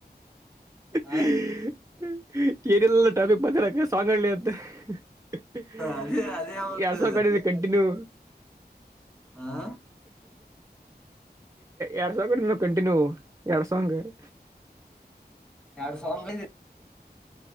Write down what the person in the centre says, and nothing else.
ಹಾ
ಅದೇ ಅದೇ ಒಂದು
ಹಾ
ಎರಡು ಸಾಂಗ್ ಅದಿ